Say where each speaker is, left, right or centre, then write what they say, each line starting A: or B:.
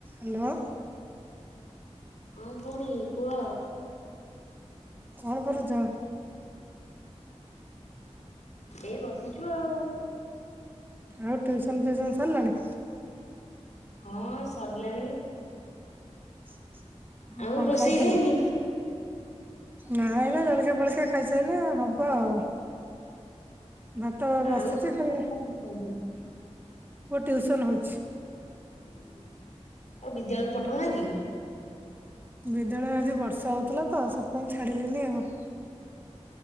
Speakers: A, on the right; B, on the left.
A: Hello.
B: ହଁ ଭଉଣୀ କୁହ?
A: କଣ କରୁଚ?
B: ଏଇ ବସିଛୁ ଆଉ।
A: ଆଉ ଟ୍ୟୁସନ୍‌ ଫିଉସନ୍‌ ସାରଲାଣି।
B: ହଁ ସରିଲାଣି।
A: <unintelligible>
B: ଆଉ ରୋଷେଇ
A: କଣ ଖାଇଥିଲ?
B: ହେଇନି
A: ନାଇ ବା ଜଳଖିଆ ଫଳିଖିଆ ଖାଇସାରିଲେ ହବ ଆଉ। ଭାତ ବସିଛି
B: ଆଉ ତମ
A: ଖାଲି
B: ପୁଅ କଣ <unintelligible>
A: ପୁଅ ଟିଉସନ୍‌ ହଉଛି।
B: ତାକୁ ବିଦ୍ୟାଳୟକୁ ପଠଉନାଇକି?
A: ବିଦ୍ୟାଳୟ ଆଜି ବର୍ଷା ହଉଥିଲା ତ ସେଥିପାଇଁ ଛାଡିଲିନି ଆଉ।